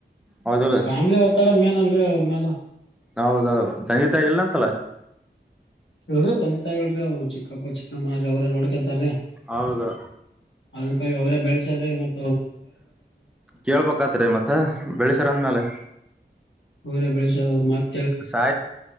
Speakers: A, in the centre; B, on the left.
A: ಹೌದುಲ್ಲ
B: ಫ್ಯಾಮಿಲಿ ಒತ್ತಡ ಮೇನ್ ಅಲ್ರಿ ಅವ್ರ ಮ್ಯಾಲ
A: ಹೌದೌದು ತಗಿತಾಯಲ್ಲ ಅಂತಲ್ಲ
B: ಹೇಳ್ರಿ ತಂತ ಹೇಳ್ರಿ ಅವ್ರ ಚಿಕ್ಕಪ್ಪ ಚಿಕ್ಕಮ್ಮ ಅವ್ರ ನೋ ಹೇಂತಾರೆ
A: ಹೌದು
B: ಅದಕ್ಕಾಗಿ ಅವರೇ ಬೆಳೆಸ್ರ ಮತ್ತೆ
A: ಕೇಳ್ಬೇಕತ್ರಿ ಮತ್ತೆ ಬೆಳಸಾರ ಅಂದ್ಮೇಲೆ
B: ಹರೇ ಬಳಸರ್ ಅವ್ರತ್
A: ಸಾಯ